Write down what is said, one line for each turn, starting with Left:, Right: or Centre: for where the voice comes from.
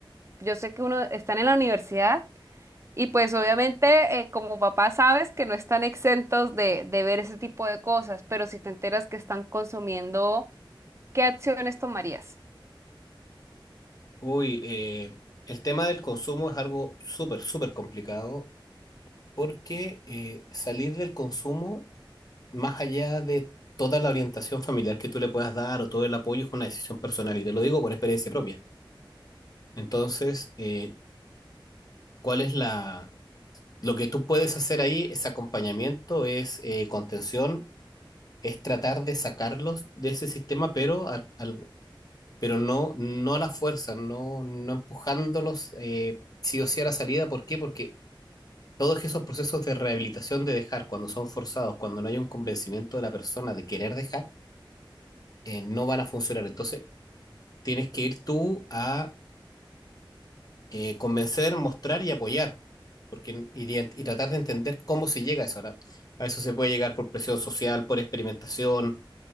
Right: Yo sé que uno están en la universidad y pues obviamente eh, como papá sabes que no están exentos de, de ver ese tipo de cosas, pero si te enteras que están consumiendo, ¿qué acciones tomarías?
Left: Uy, eh, el tema del consumo es algo súper, súper complicado porque eh, salir del consumo, más allá de toda la orientación familiar que tú le puedas dar o todo el apoyo, es una decisión personal y te lo digo por experiencia propia. Entonces, eh, ¿cuál es la... Lo que tú puedes hacer ahí es acompañamiento, es eh, contención, es tratar de sacarlos de ese sistema, pero a- al- pero no, no a la fuerza, no, no empujándolos eh, sí o sí a la salida. ¿Por qué? Porque todos esos procesos de rehabilitación de dejar, cuando son forzados, cuando no hay un convencimiento de la persona de querer dejar, eh, no van a funcionar. Entonces, tienes que ir tú a eh, convencer, mostrar y apoyar, porque, y, de- y tratar de entender cómo se llega a eso. Ahora, a eso se puede llegar por presión social, por experimentación